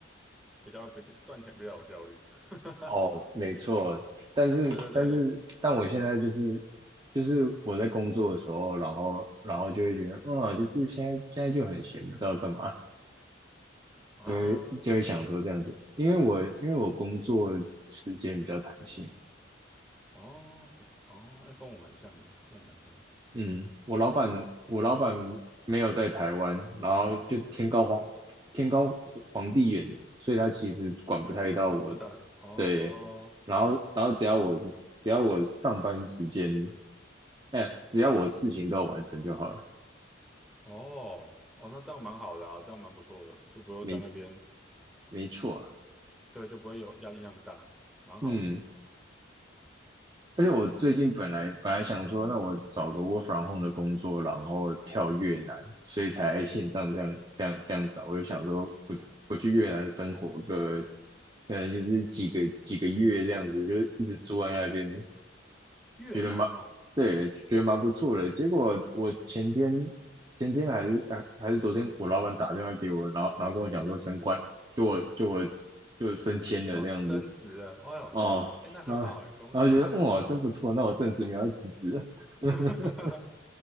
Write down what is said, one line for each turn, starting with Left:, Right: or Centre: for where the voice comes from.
Centre: 比较比较赚钱比较有效率。<laughs>
Right: <laughs> 哦，没错，但是但是但我现在就是就是我在工作的时候，
Centre: 对对对，
Right: 然后然后就会觉得，嗯，就是现在现在就很闲，不知道干嘛。
Centre: 啊，
Right: 就会就会想说这样子，因为我因为我工作时间比较弹性，
Centre: 哦，比哦，那跟我蛮像的，跟我蛮像，
Right: 嗯，我老板我老板没有在台湾，然后就天高皇天高皇帝远，所以他其实管不太到我，
Centre: 管不大的，哦哦
Right: 对，然后然后只要我只要我上班时间，哎，只要我事情都有完成就好了，
Centre: 哦哦，那这样蛮好的啊，这样蛮不错的，就不用在那边，
Right: 没没错啊，
Centre: 对，就不会有压力那么大，蛮好的。
Right: 嗯。而且我最近本来本来想说，那我找个 work from home 的工作，然后跳越南，所以才线上这样这样这样找。我就想说我，我去越南生活个，可能就是几个几个月这样子，就一直住在那边，
Centre: 越南哦，
Right: 觉得蛮对，觉得蛮不错的。结果我前天前天还是呃还是昨天，我老板打电话给我，然后然后跟我讲说升官，就我就我就升迁了这样子。
Centre: 哦，你升职了，哎呦，
Right: 哦，
Centre: 哎，那很好哎，
Right: 然后然后觉得，
Centre: 恭喜。
Right: 哇，真不错，那我暂时没有辞职了。
Centre: <laughs>
Right: <laughs>
Centre: 哈哈哈，